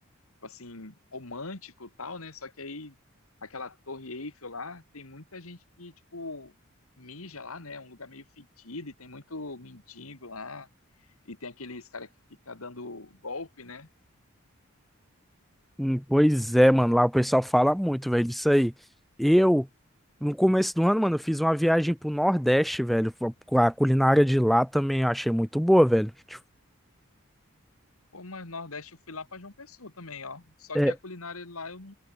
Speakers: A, on the left (about 85°); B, in the centre.
A: tipo assim, romântico e tal, né? Só que aí, aquela Torre Eiffel lá, tem muita gente que, tipo, mija lá, né? É Um lugar meio fedido e tem muito mendigo lá. E tem aqueles cara que fica dando golpe, né?
B: Hum, pois é, mano. Lá o pessoal fala muito, velho, disso aí. Eu, no começo do ano, mano, eu fiz uma viagem pro Nordeste, velho. Com a culinária de lá também eu achei muito boa, velho. Tipo,
A: Pô, mas no Nordeste eu fui lá pra João Pessoa também, ó. Só
B: É,
A: que a culinária lá eu não,